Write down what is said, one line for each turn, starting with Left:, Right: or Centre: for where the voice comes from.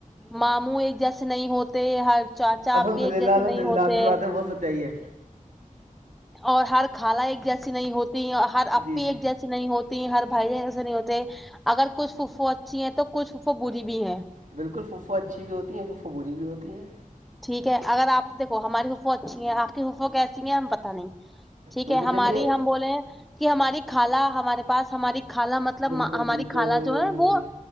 Centre: ماموں ایک جیسے نہیں ہوتے ہر چاچا
Right: الحمد
Centre: آپ کے
Right: للہ
Centre: ایک جیسے
Right: الحمد
Centre: نہیں
Right: للہ
Centre: ہوتے
Right: آپ کی باتیں بہت سچائی ہے
Centre: اور ہر خالہ ایک جیسی نہیں ہوتی ہر آپی
Right: جی
Centre: ایک
Right: جی
Centre: جیسی نہیں ہوتی ہوتی ہر بھائی ایسے نہیں ہوتے اگر کچھ پھپھو اچھی ہیں تو کچھ پھپھو بری بھی ہیں
Right: بالکل پھوپھو اچھی بھی ہوتی ہیں پھو پھو بری بھی ہوتی ہیں
Centre: ٹھیک ہے اگر آپ دیکھو ہماری پھپپو اچھی ہیں آپ کی پھپپو کیسی ہیں ہم پتہ نہیں ٹھیک
Right: بالکل
Centre: ہے ہماری
Right: دیکھیے
Centre: ہم بولے کہ ہماری خالہ ہمارے پاس ہماری خالہ مطلب
Right: بالکل
Centre: ہماری
Right: بالکل
Centre: خالہ جو ہے وہ